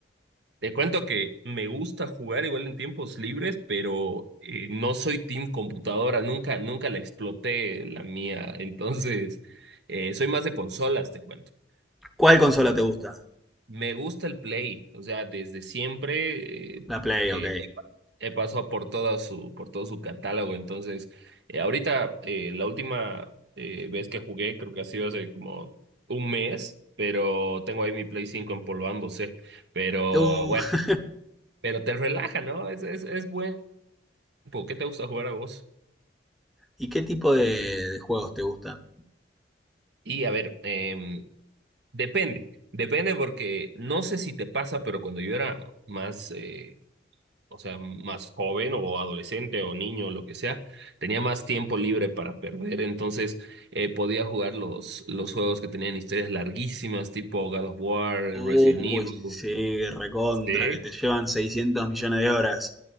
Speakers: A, on the right; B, in the centre.
A: Te cuento que me gusta jugar igual en tiempos libres, pero eh, no soy team computadora, nunca, nunca la exploté la mía. <laughs> Entonces, eh, soy más de consolas, te cuento.
B: ¿Cuál consola
A: Consola.
B: te gusta?
A: Me gusta el Play, o sea, desde siempre eh,
B: La Play,
A: eh,
B: ok.
A: he pasado por toda su, por todo su catálogo. Entonces, eh, ahorita eh, la última eh, vez que jugué, creo que ha sido hace como un mes, pero tengo ahí mi Play 5 empolvándose. Pero
B: Uh,
A: bueno, pero te relaja, ¿no? Es, es, es buen tiempo. ¿Qué te gusta jugar a vos?
B: ¿y qué tipo de, de juegos te gustan?
A: Y a ver, em, depende. Depende porque no sé si te pasa, pero cuando yo era más, eh, o sea, más joven o adolescente o niño o lo que sea, tenía más tiempo libre para perder, entonces eh, podía jugar los, los juegos que tenían historias larguísimas, tipo God of War,
B: Uy,
A: Resident Evil.
B: sí, recontra,
A: Sí.
B: que te llevan 600 millones de horas.